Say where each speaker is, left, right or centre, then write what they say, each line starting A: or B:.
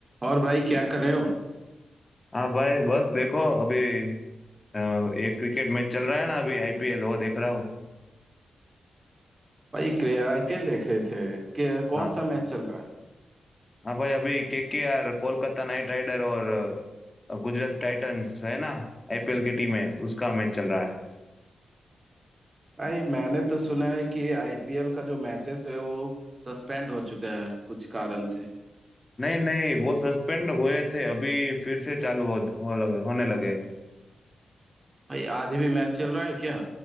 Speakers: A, on the right; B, on the left.
A: और भाई क्या कर रहे हो
B: हाँ भाई बस देखो अभी अ, एक क्रिकेट मैच चल रहा है ना अभी आईपीएल वो देख रहा हूँ
A: भाई आईपीएल देख रहे थे कि कौन
B: हाँ
A: सा मैच चल रहा है
B: हाँ भाई अभी केकेआर कोलकाता नाइट राइडर और अ, गुजरात टाइटंस है ना आईपीएल की टीम है उसका मैच चल रहा है
A: भाई मैंने तो सुना है कि आईपीएल का जो मैचेस है वो सस्पेंड हो चुका है कुछ कारण से
B: नहीं नहीं वो सस्पेंड हुए थे अभी फिर से चालू हो, हो लगे होने लगे
A: भाई आधे भी मैच चल रहा है क्या